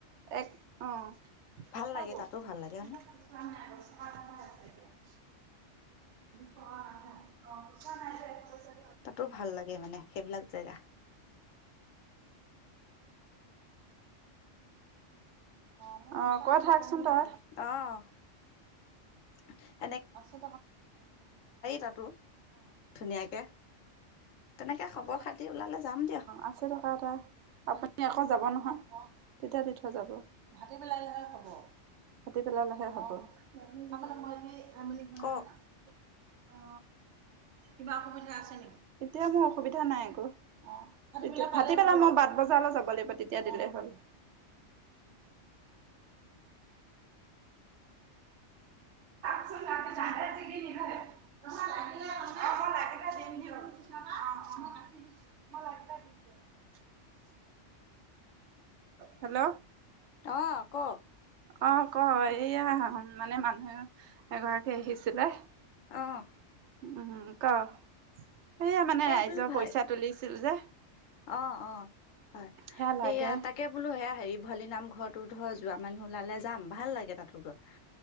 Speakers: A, on the right; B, on the left.
A: এক, অ' <unintelligible>
B: ভাল লাগে তাতো ভাল লাগে হয়নে
A: <unintelligible>
B: তাতো ভাল লাগে মানে সেইবিলাক জেগা।
A: অ' কৈ থাকচোন তই।
B: অঁ।
A: অ' আছে,
B: তাতো ধুনীয়াকে তেনেকে খবৰ
A: অ'
B: খাতি ওলালে যাম দিয়ক
A: আশী টকা এটা আপুনি আকৌ যাব নহয়। তেতিয়া দি থৈ যাব, ভতিবেলালৈহে হ'ব ভাতিবেলালৈহে হ'ব তাৰমানে মই এতিয়া। যাম বুলি কোৱা
B: কওক
A: নাই। অ কিবা অসুবিধা আছে নেকি এতিয়া মোৰ অসুবিধা নাই একো অ ভাটি বেলা মই বাট বজাৰলৈ যাব লাগিব তেতিয়া দিলেই হল অ <inaudible> নিলে দিম দই নিলে দিম দে <inaudible> হেল্ল'।
B: অ কওক
A: অ' ক এইয়া মানে মানুহ এগৰাকী আহিছিলে।
B: অঁ।
A: উম, ক সেইয়া মানে
B: এ
A: ৰাইজৰ
B: বোলো ভাই
A: পইচা তুলিছিল যে।
B: অ অ হয়
A: সেয়া লাগে
B: এইয়া তাকে বোলো সেয়া হেৰি ভৱালি নামঘৰ হয়টো ধৰ যোৱা মানুহ ওলালে যাম ভাল লাগে তাতো গৈ